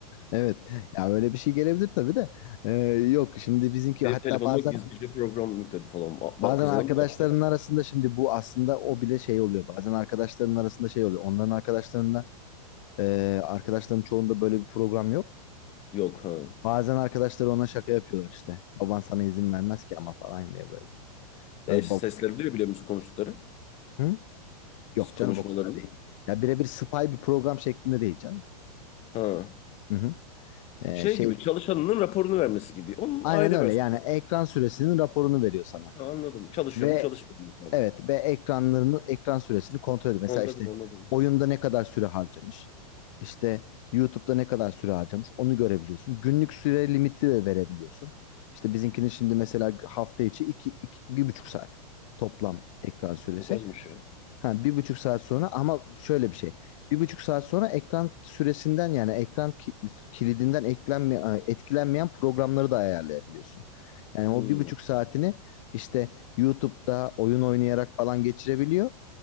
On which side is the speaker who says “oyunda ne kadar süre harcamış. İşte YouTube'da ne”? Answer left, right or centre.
Left